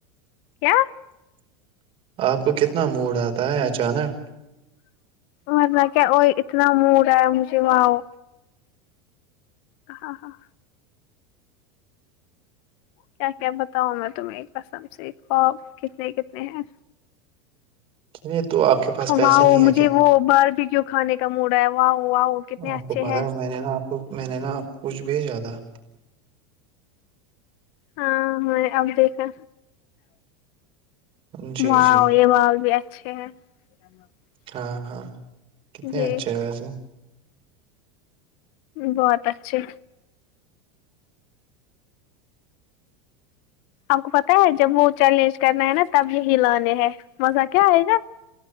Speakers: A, on the left (about 60°); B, on the right (about 40°).
A: کیا
B: آپ کو کتنا موڈ آتا ہے اچانک
A: ورنہ کیا وہ اتنا موڈا ہے مجھے وہاں وہ ہاں ہاں کیا کیا بتاؤں میں تمہیں ایک قسم سے خواب کتنے کتنے ہیں
B: یے تو آپ پاس پیسے
A: واؤ
B: نہیں ہے
A: مجھے
B: کیا
A: وہ باربیقو کھانے کا موڈ آیا واؤ واؤ کتنے
B: آپ
A: اچھے
B: کو پتا
A: ہیں
B: ہے میں نے نا آپ کو میں نے نا آپ کو کچھ بھیجا تھا
A: ہاں میں نے اب دیکھا
B: جی
A: واؤ
B: جی
A: یے واؤ یے چھے ہے <unintelligible>
B: ہاں ہاں کتنے
A: جی
B: اچھے ہیں ویسے
A: بہت اچھے آپ کو پتہ ہے جب وہ چیلنج کرنا ہے نا تب یہی لانے ہے مزہ کیا آئے گا